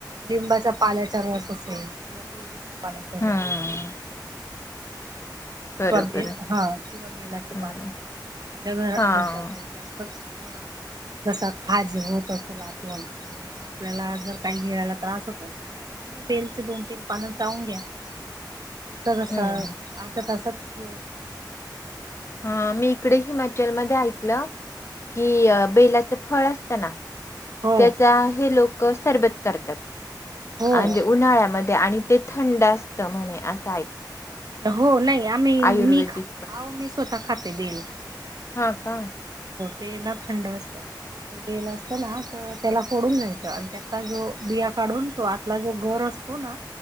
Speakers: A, on the right (about 60°); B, on the left (about 35°).
A: लिंबाच्या पाल्याचा रस असेल किंवा तुळशीचा पाण्याचा
B: हम्म
A: रस असो.
B: बरोबर
A: <inaudible> किंवा बेल हा किंवा बेलाचे
B: हम्म
A: पानं जर
B: हां.
A: घशाचा जास्त मला, घसा खाज होऊ नय तसे <unintelligible> आम्ही आणि आपल्याला जर काही गिळायला काही त्रास होत असेल, बेलचे दोन तीन पानं चावून घ्या. <unintelligible> कसा
B: हम्म.
A: अर्ध्या तासात. यवसिकत होतं
B: ह मी इकडे हिमाचलमध्येध्ये ऐकलं. कि बेलाच... फळ अस असतना...
A: हो
B: त्याचा हे लोक... क सरबत करतात.
A: हो
B: म्हणजे उन्हाळ्यामध्ये आणि... ते थंड असत म्हणे अस...
A: हो नाही आम्ही
B: आयुर्वेदिक
A: मी ख आह मी स्वतः खात... सबल.
B: हां का?
A: ते ना थंड असत, ते बेलं असतं ना तर त्याला फोडून घ्यायचं आणि त्यातचा जो बिया काढून तो आतला जो गर असतो ना